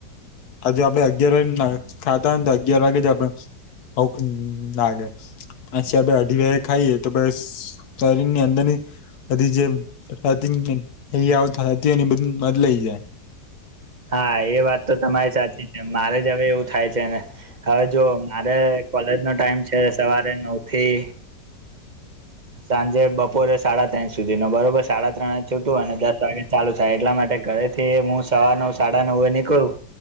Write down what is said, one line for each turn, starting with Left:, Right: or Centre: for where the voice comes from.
Left: હજુ આપડે અગિયાર વાગે ખાતા હોને તો અગિયાર વાગે જ આપડે ભૂખ લાગે પછી આપે અઢી વાગ્યે ખાઈએ તો બસ શરીર ની અંદર ની બધી જે આવતા હતી એ બધ મદલાઈ જાય.
Right: હા એ વાત તો તમારી સાચી છે મારે જ હવે એવું થાય છે ને હવે જો મારે કોલેજ નો ટાઈમ છે સવારે નવ થી સાંજે બપોરે સાડા ત્રણ સુધીનો બરોબર સાડા ત્રણે છૂટું અને દસ વાગે ચાલુ થાય એટલા માટે ઘરેથી હું સવા નવ સાડા નવે નીકળું